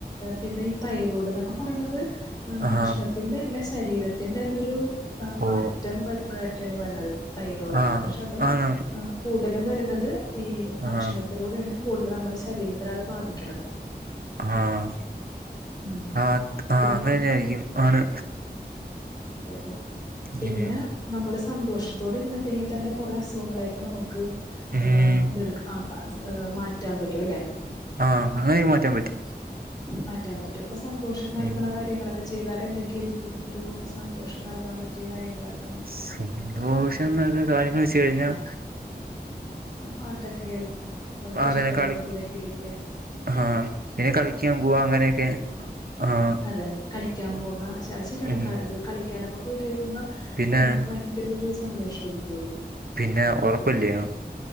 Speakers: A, on the left; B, on the right.
A: പിന്നെ ഈ തൈറോയ്ഡ് എന്നൊക്കെ പറയണത്
B: ആ
A: ഭക്ഷണത് ത്തിന്റെ അല്ല ശരീരത്തിന്റെ അതൊരു മാറ്റം
B: ഓ
A: വരുമ്പോഴായിട്ടാണ് വരണത് തൈറോയിഡ്
B: ആ
A: ഒക്ക പക്ഷെ അതും
B: ആന്നാന്ന്
A: കൂടുതലും വരുന്നത് ഈ ഭക്ഷണത്
B: ആ
A: ത്തിലൂടെയാണ് കൂടുതൽ നമ്മുടെ ശരീരത്തിന അത് ബാധിക്കണത്
B: ആഹ്
A: ഉം
B: ആ ആഹ്
A: പിന്നെ
B: അങ്ങന തന്നെയായിരിക്കും ആണ്
A: അതെ അതെ പിന്ന
B: ഉം
A: നമ്മുടെ സന്തോഷം ത്തോടിരുന്നിട്ടെങ്കി തന്നെ കുറേ അസുഖങ്ങളെയൊക്കെ നമുക്ക്
B: ഉം
A: ഇതെടു ആ മാറ്റാൻ പറ്റും അല്ലെ
B: ആഹ് അങ്ങനെ മാറ്റാൻ പറ്റും
A: മാറ്റാൻ പറ്റും ഇപ്പ സന്തോഷം നൽകുന്ന
B: ഉം
A: കാര്യങ്ങളൊക്കെ ചെയ്താൽ എന്തൊക്കെ ആയിരിക്കും ഒരു സന്തോഷം നൽകാൻ പറ്റിയ കാര്യങ്ങളൊക്കെ
B: സന്തോഷം എന്നക്ക കാര്യങ്ങള് വെച്ച് കഴിഞ്ഞാൽ
A: പാട്ടൊക്കെ കേൾക്കാ നമ്മക്ക്
B: അതന്നെ
A: ഇഷ്ടമുള്ള
B: കളി
A: കൂടിയൊക്കെ ഇരിക്ക
B: ആഹ് പിന്നെ കളിക്കാൻ പോവാ അങ്ങനെയൊക്കെ ആഹ്
A: അതെ കളിക്കാൻ പോകാ അത് ശെരിയാണ്
B: ഉം
A: ഇത് കളിക്കാനൊക്കെ പോയി കഴിയുമ്പോ
B: പിന്നെ
A: നമുക്ക് ഭയങ്കര ഒരു സന്തോഷമായിരിക്കുള്ളൂ
B: പിന്നെ ഒറപ്പല്ല്യോ